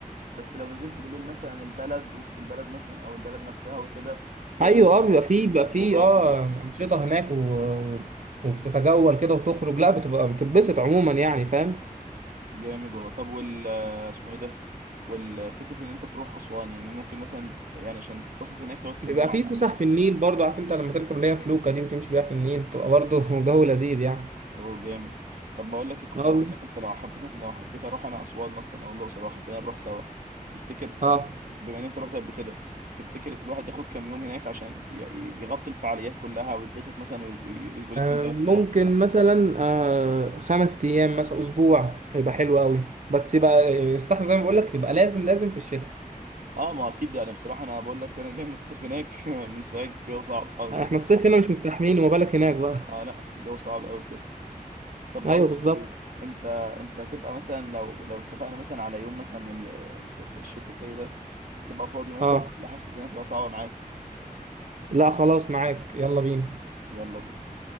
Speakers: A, on the right (about 70°); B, on the right (about 55°).
A: بس لو نزلت بالليل مثلا البلد وسط البلد مثلا او البلد نفسها وكده في
B: ايوه
A: اماكن
B: اه بيبقى في بيبقى في
A: خروجات
B: اه
A: وكده
B: انشطه هناك و... و- وبتتجول كده وتخرج لا بتبقى بتتبسط عموما يعني فاهم
A: جامد والله طب وال آه، اسمه ايه ده والفكره ان انت تروح اسوان يعني ممكن مثلا يعني عشان تتبسط هناك تقعد كام
B: بيبقى
A: يوم
B: في
A: على الاقل
B: فسح في النيل برضو عارف انت لما تركب اللي هي فلوكه دي وتمشي بيها في النيل بتبقى برضو <laughs> جو لذيذ يعني
A: اوه جامد طب ما اقول لك كنت
B: اه
A: اقول
B: والله.
A: لك انت لو حبيت مثلا لو حبيت اروح انا اسوان مثلا او الاقصر لو حبينا نروح سوا تفتكر
B: اه
A: يعني بما ان انت رحت قبل كده تفتكر الواحد ياخد كام يوم هناك عشان ي- ي- يغطي الفعاليات كلها ويتبسط مثلا وي- وي- ويلف
B: آه،
A: البلد
B: ممكن
A: كلها
B: مثلا آه، خمس ايام مثلا اسبوع يبقى حلو قوي بس يبقى يستحسن زي ما بقول لك يبقى لازم لازم في الشتاء
A: اه ما اكيد يعني بصراحه انا بقول لك انا جاي من الصيف هناك <laughs> من سوهاج الجو صعب صعب
B: احنا
A: بجد
B: الصيف هنا مش مستحملين وما بالك هناك بقى
A: اه لا الجو صعب قوي بجد طب بقول
B: <laughs> ايوه
A: لك
B: بالظبط
A: ايه انت انت هتبقى مثلا لو لو اتفقنا مثلا على يوم مثلا ال- في في الشتاء الجاي ده تبقى فاضي مثلا
B: اه
A: ولا حاسس الدنيا تبقى صعبه معاك
B: لا خلاص معاك يلا بينا
A: يلا بينا